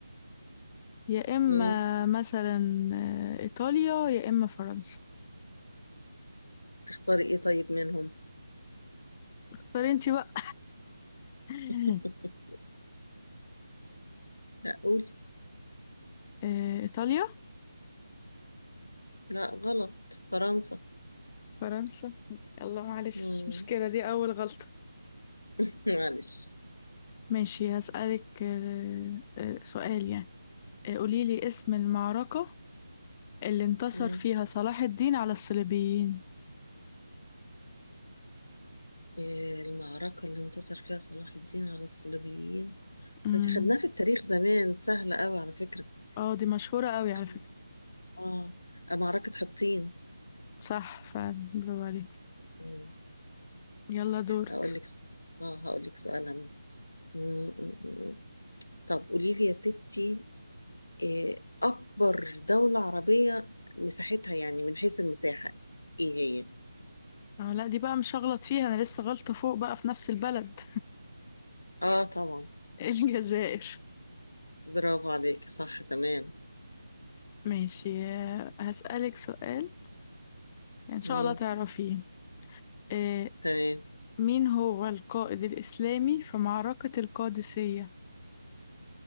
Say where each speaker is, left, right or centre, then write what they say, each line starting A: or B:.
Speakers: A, on the left; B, on the left.
A: يا إما
B: مم.
A: مثلا آه، إيطاليا يا إما فرنسا
B: تختاري ايه طيب منهم
A: اختاري انتي بقى <laughs>
B: <laughs> لا قولي
A: آه، إيطاليا
B: لا غلط فرنسا
A: فرنسا يلا معلش
B: مم.
A: مش مشكلة دي أول غلطة
B: <laughs> معلش
A: ماشي هسألك آه، آه، سؤال يعني آه، قوليلي اسم المعركة اللي انتصر
B: مم.
A: فيها صلاح الدين على الصليبيين
B: آه، المعركة اللي انتصر فيها صلاح الدين على الصليبيين
A: امم
B: دي خدناها في التاريخ زمان سهلة قوي على فكرة
A: اه دي مشهورة قوي
B: سهلة
A: على فكرة
B: اه معركة حطين
A: صح فعلا برافو عليك
B: مم.
A: يلا دورك
B: هقول لك س- اه هقول لك سؤال انا م- م- م- طب قولي لي يا ستي إيه اكبر دولة عربية مساحتها يعني من حيث المساحة ايه هي
A: اه لا دي بقى مش هغلط فيها انا لسه غلطة فوق بقى في نفس البلد
B: اه طبعا
A: <laughs> الجزائر
B: برافو عليك صح تمام
A: ماشي آه، هسألك سؤال يعني ان شاء
B: مم.
A: الله تعرفيه آه،
B: تمام
A: مين هو القائد الإسلامي في معركة القادسية